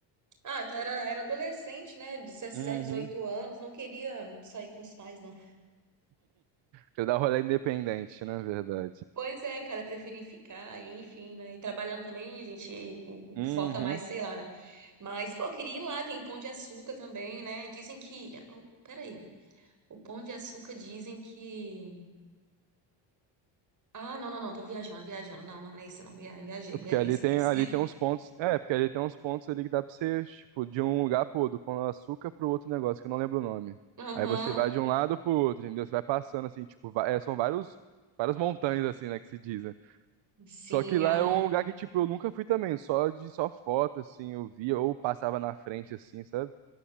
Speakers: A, on the right (about 40°); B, on the right (about 70°).
A: Ah, até era, era adolescente, né? dezessete
B: Uhum.
A: 18 anos, não queria sair com os pais, não.
B: Quer dar um rolê independente, né? Verdade.
A: Pois é, cara, preferi ficar aí, enfim, né? E trabalhando também, a gente
B: Uhum.
A: foca mais, sei lá, né? Mas, pô, eu queria ir lá, tem o Pão de Açúcar também, né? Dizem que. Oh, peraí. O Pão de Açúcar dizem que. Ah, não, não, não, tô viajando, viajando. Não, não, não é esse não. Via- Viajei,
B: Porque
A: viajei,
B: ali
A: esquece.
B: tem, ali tem uns pontos. É, porque ali tem uns pontos ali que dá pra você, tipo, de um lugar pro outro, do Pão de Açúcar pro outro negócio, que eu não lembro o nome.
A: <laughs> Aham,
B: Aí você vai de um lado pro outro, entendeu? Você vai passando assim, tipo, va- é, são vários, várias montanhas, assim, né, que se dizem.
A: sim,
B: Só que lá
A: aham.
B: é um lugar que, tipo, eu nunca fui também, só de só foto, assim, eu via, ou passava na frente, assim, sabe?